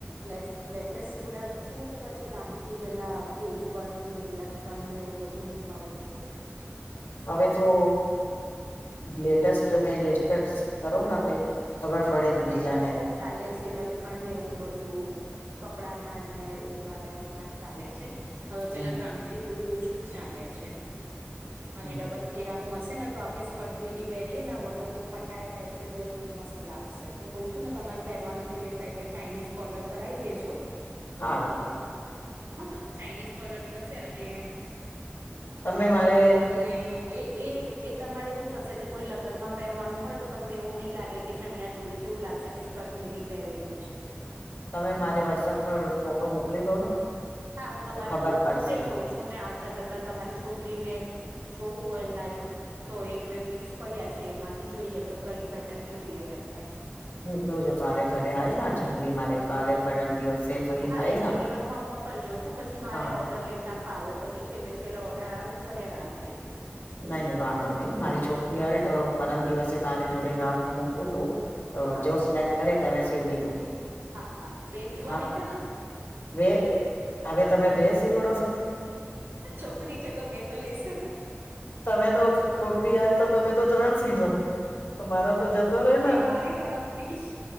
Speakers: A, on the right; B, on the left.
A: લ. લેટેસ્ટ સીવડ આવી છે કે પછી કામ થી પેલા પેચવર્ક ને લટકણને એવું બધું. તો મુકાવું છે.
B: હવે તો લેટસ્ટ મે લેટસ કરોના કે. ખબર પડે
A: હા લેટેસ્ટ
B: બીજાને
A: જ ચાલે છે લટકણ ને એવું બધું કપડા ના ને હેરવા લેસ ના જ ચાલે છે. હવે
B: હમ
A: પેલા ગામથી થોડું ઓછું જ ચાલે છે. અને
B: હમ
A: ડબલ હેરાનું હશે ને તો આપણે સ્કર્ટ મીટીી પહેરીયે ને વગર દુધપટા એ પહેરશે તો એ બહુ મસ્ત લાગશે. કઉ છું ને તમારે પહેરવા નથી દેતા એટલે ચાાઈનીઝ કોલર કરાવી દેજો.
B: હારું હારું.
A: હા ના ચાાઈનીઝ કોલર થશે અને
B: તમે
A: ડબલ
B: મારે
A: ઘરું તમને એ. એ એ તમારે એવું થશે કે કોઈ લગ્નમાં પહેરવાનું હોય તો તમને એવું નહીં લાગે કે ચણિયા ચોળ છે. વું લાગશે કે કટમીડી પહેરેલું છે.
B: તમે મારે વોટ્સઅપ પર ફોટો મોકલી દો ને.
A: હા હું તમારે
B: તો ખબર
A: ફોટો
B: પડશે
A: મોકલી દઉં છું ને આવતા જતા તમારી છોકરીને. જોવું હોય લાઈવ. તો એક બે પીસ પડ્યા છે એમાંથી જોઈ લે કે કઈ પેટર્ન જોઈએ એમને.
B: મોકલો જો તારે ઘરે આવેલા છોકરી મારે કાલે પરમ દિવસે. ફરી
A: હા
B: થાય
A: એક બે
B: ને
A: દિવસમાં મોકલજો શું પછી મારે
B: હા
A: ઓર્ડર લેતા. તા ફાવે પછી છેલ્લે છેલ્લે ઓર્ડર આવે ને તો હેરાન થઈ જાય.
B: નઈ નઈ વાંધો નઈ મારી છોકરી આવે તો પરમ દિવસે તારે જોડે ઘર મોકલુ છું. તો
A: હા
B: જો સિલેક્ટ કરે તવે સીવડી દો.
A: હા હા બે સીવાની
B: હા
A: છે ને.
B: બે હવે તમે બે સીવડો છો.
A: છોકરી છે તો બે તો લેશે ને.
B: તમે તો છોકરી આય તો તમે તો ત્રણ સીધો. તો મારા તો જતો રહેે
A: એક
B: ને.
A: મારી તરફથી